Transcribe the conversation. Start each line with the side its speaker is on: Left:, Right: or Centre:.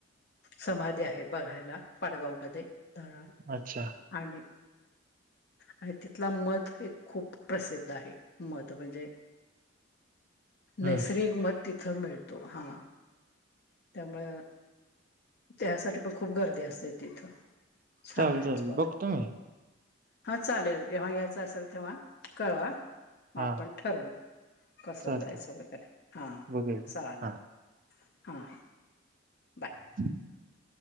Left: समाधी आहे बघायला पाडगाव मध्ये धरण
Right: अच्छा
Left: आणि आणि तिथला मध एक खूप प्रसिद्ध आहे मध म्हणजे
Right: हम्म
Left: नैसर्गिक मद तिथं मिळतो हा त्यामुं त्यासाठी पण खूप गर्दी असते तिथं छान
Right: चाले
Left: आहेत
Right: चाल
Left: स्पॉट
Right: बघतो मी
Left: हा चालेल जेव्हा यायचं असेल तेव्हा, कळवा मग
Right: हा
Left: आपण ठरवू. कसं
Right: चालते
Left: जायचं वगैरे, हा
Right: बघूया
Left: चालेल.
Right: हा
Left: हां, बाय.
Right: <inaudible>